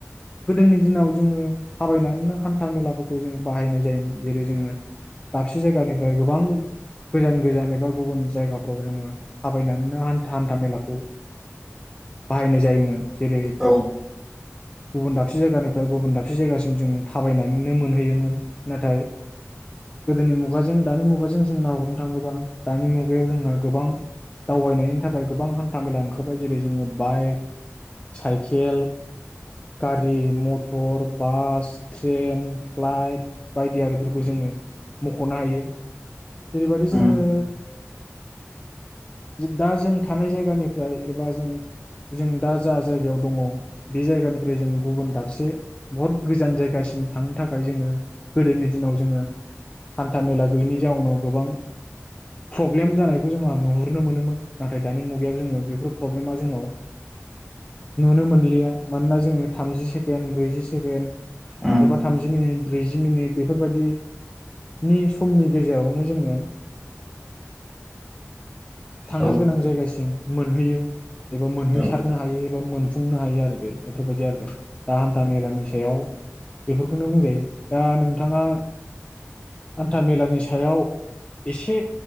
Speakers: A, on the left; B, in the centre.
A: गोदोनि दिनाव जोङो थाबायनानै नो हान्था मेलाफोरखौ जों बाहायनाय जायोमोन जेरै जोङो दाबसे जायगानिफ्राय गोबां गोजान गोजान एबा गुबुन जायगाफ्राव जोङो थाबायनानैनो हा-हान्था मेलाखौ बाहायनाय जायोमोन जेरै
B: औ
A: गुबुन दाबसे जायगानिफ्राय गुबुन दाबसे जायगासिम जों थाबायनानैनो मोनहैयोमोन नाथाय गोदोनि मुगाजों दानि मुगाजों जों नाहरनो थाङोबा दानि मुगायाव जोंहा गोबां दावबायनायनि थाखाय गोबां हान्था मेला ओंखारबाय जेरै जोङो बाइक, साइकेल, गारि मटर बास, ट्रेन, फ्लाइट बायदि आरिफोरखौ जोङो मख'नो हायो। जेरैबादि जोङो।
B: उम
A: दा जों थानाय जायगानिफ्राय एबा जों जों दा जा जायगायाव दङ बे जायगानिफ्राय जों गुबुन दाबसे बहुत गोजान जायगासिम थांनो थाखाय जोङो गोदोनि दिनाव जोङो। हान्था मेला गैयिनि जाउनाव। गोबां प्रब्लेम जानायखौ जोंहा नुहुरनो मोनोमोन नाथाय दानि मुगायाव जोङो बेफोर प्रब्लेमा जोंनाव नुनो मोनलिया मानोना जोङो थामजि सेकेण्ड ब्रैजि सेकेण्ड।
B: उम
A: एबा थामजि मिनिट। ब्रैजि मिनिट बेफोरबायदि नि समनि गेजेराव नो जोङो। थांनो
B: औ
A: गोनां जायगासिम मोनहैयो। एबा मोनहैसारनो
B: उम
A: हायो। मोनफुंनो हायो आरो बे। बेफोरबायदि आरो दा <unintelligible> मेलानि सायाव बेफोरखौनो बुंजायो दा नोंथाङा हान्था मेलानि सायाव। एसे